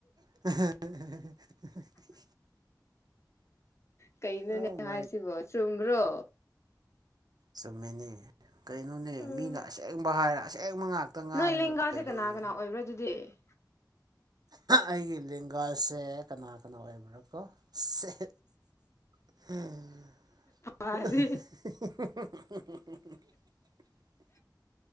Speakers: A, on the right; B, on the left.
A: <inaudible>
B: ꯀꯩꯅꯣꯅꯦ
A: ꯑꯣ ꯃꯥꯏ
B: ꯍꯥꯏꯁꯤꯕꯣ ꯆꯨꯝꯕ꯭ꯔꯣ
A: ꯆꯨꯝꯃꯤꯅꯤ ꯀꯩꯅꯣꯅꯦ
B: ꯎꯝ
A: ꯃꯤꯅ ꯑꯁꯦꯡꯕ ꯍꯥꯏꯔ ꯑꯁꯦꯡꯕ ꯉꯥꯛꯇ ꯡꯇ
B: ꯅꯣꯏ
A: ꯉꯥꯏ
B: ꯂꯦꯡꯒꯥꯁꯦ
A: ꯀꯩꯅꯣꯅꯦ
B: ꯀꯅꯥ ꯀꯅꯥ ꯑꯣꯏꯕ꯭ꯔꯥ ꯑꯗꯨꯗꯤ
A: ꯑꯩꯒꯤ ꯂꯦꯡꯒꯥꯁꯦ ꯀꯅꯥ ꯀꯅꯥ ꯑꯣꯏ <unintelligible> ꯁꯦ <unintelligible>
B: ꯍꯥꯏꯗꯤ